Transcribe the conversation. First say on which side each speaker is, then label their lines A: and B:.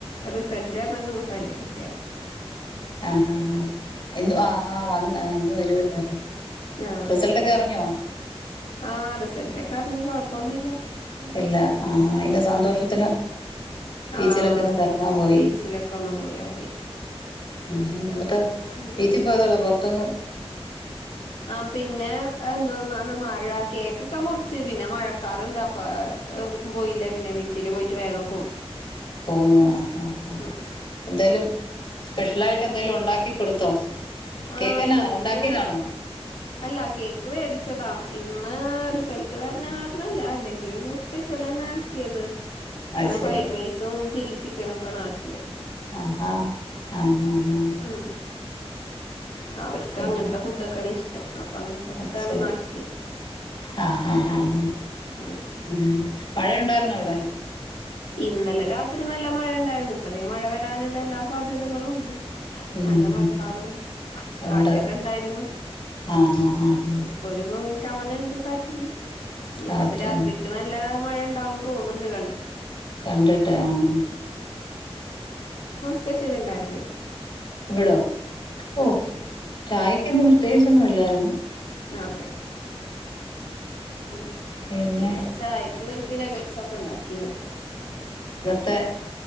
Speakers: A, on the left; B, on the left.
A: റിസൾട്ട് വരണ ദിവസമല്ലേ കുട്ടികളെ
B: ആഹ് ഹ ഹ ഇന്ന് വ ആഹ് ആ വന്ന് ഇന്ന് വരുമല്ലോ അല്ലേ
A: ആഹ്
B: റിസൾട്ട് ഒക്കെ അറിഞ്ഞോ?
A: ആഹ് റിസൾട്ട് ഒക്കെ അറിഞ്ഞു കുഴപ്പമൊന്നുമില്ല.
B: ഇല്ല ആഹ് അയിന്റെ സന്തോഷത്തിലാ ബീച്ചിലൊക്കെ
A: ആഹ്
B: ഒന്ന് കറങ്ങാൻ പോയി
A: ബീച്ചിലൊക്കെ ഒന്ന് പോയി ആദ്യായിട്ട്
B: ആഹാ എന്നിട്ടോ
A: ഉം
B: ബീച്ചിൽ പോയതേ ഉള്ളോ പുറത്തൊന്നും
A: ആഹ് പിന്നെ എന്തോന്നാണ് മഴ കേക്കൊക്കെ മുറിച്ച് പിന്നെ മഴക്കാറ് കണ്ട് അപ്പാ ഏഹ് എവിടേക്കും പോയില്ല പിന്നെ ബീച്ചിൽ പോയിട്ട് വേഗം പോന്നു
B: പൊന്നോ ആഹ് ഹാ ആഹ്
A: ഉം
B: എന്തായാലും സ്പെഷ്യലായിട്ട് എന്തേലും ഉണ്ടാക്കി കൊടുത്തോ
A: ആഹ്
B: കേക്ക് എന്നതാ
A: ഇന്ന്
B: ഉണ്ടാക്കിയതാണോ
A: അല്ല കേക്ക് വേടിച്ചതാ ഇന്ന് റിസൾട്ട് വരണ കാരണല്ല അല്ലെങ്കിലും ഇന്ന് സ്പെഷ്യലന്ന ആക്കിയത്
B: അത്
A: ഇന്ന്
B: ശരി
A: ഫ്രൈ ഡ്രൈസും ചില്ലി ചിക്കാനുക്കെ ആണ് ആക്കിയത്
B: ആഹ് ഹ ആഹ് ഹ്
A: മ് അവർക്ക്
B: പിന്നെ
A: അങ്ങനെത്തെ ഫുഡൊക്കെണു ഇഷ് അങ്ങനത്തെ
B: അത്
A: ഫുഡാണ്
B: ശരി
A: ഇന്നാക്കിയത്
B: ആഹ് ആഹ്
A: മ്
B: ആഹ് ഉം മഴയുണ്ടായിരുന്നോ അവിടെ
A: ഇന്നലെ രാത്രി നല്ല മഴ ഉണ്ടായിരുന്നു ഇപ്പോ ദേ മഴ വരാനുള്ള എല്ലാ സാധ്യതകളുണ്ട്
B: ഉം
A: നല്ല മഴക്കാറും
B: ഉം
A: കാറ്റൊക്കെ
B: ഉണ്ട്
A: ഉണ്ടായിരുന്നു
B: ആഹ് ആഹ് ആഹ്
A: ഇപ്പോ ഒരു ഏഹ് ശമനണ്ട് <unintelligible> ഇനിപ്പ
B: കാറ്റ്
A: അത് രാത്രിക്ക് നല്ല മഴണ്ടാവുന്ന് തോന്ന്ണ്ട് കണ്ടി
B: കണ്ടിട്ടേ ആഹ്
A: സ്പെഷ്യൽലുണ്ടായിരുന്നേ
B: എടാ ഒ ചായേ ഇന്ന് പ്രത്യേകിച്ച് ഒന്നും ഇല്ലാരുന്നു.
A: അതെ. ആഹ്
B: പിന്നെ
A: ഇവടെ ചായക്കിവര് പിന്നെ എന്തൊക്കെയുണ്ടാക്കി ഞാൻ.
B: പേ